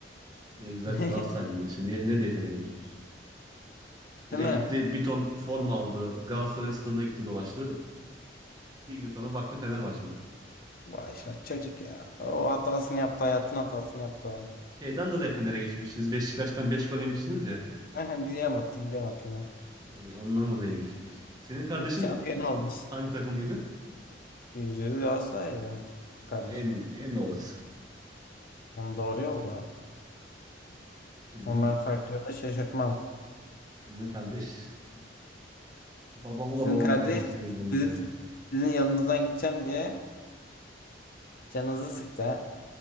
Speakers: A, on the right; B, on the left.
A: Ne güzel
B: <laughs>
A: Galatasaraylı işte. Ne, ne diye Fener'e gidiyoruz. Bir
B: Değil
A: de
B: mi?
A: gitti bir ton forma aldı. Galatasaray'ın stadına gitti dolaştı. Bir gün sonra baktım Fenerbahçe'de.
B: Vay şa- çocuk ya. O hatasını yaptı hayatın hatasını yaptı o an.
A: Şeyden dolayı Fener'e geçmişsiniz. Beşiktaş'tan 5 gol yemiştiniz ya.
B: Aha, Biliyorum hatırlıyorum hatırlıyorum.
A: Yani ondan dolayı geçmiş. Senin
B: <laughs>
A: kardeşin
B: Şampiyon olmuş.
A: hangi takımlıydı?
B: Yüz yüz Galatasaraylı Mehmet kardeşim.
A: Ya En en doğrusu.
B: Onun doğru yolda.
A: İşte bizim
B: Ama ben farklı yolda şaşırtmam.
A: bizim kardeş babamı
B: Sizin
A: da babam
B: kardeş
A: yine kafasına girdi onun
B: sizin,
A: ya.
B: sizin yanınızdan gideceğim diye canınızı sıktı ha.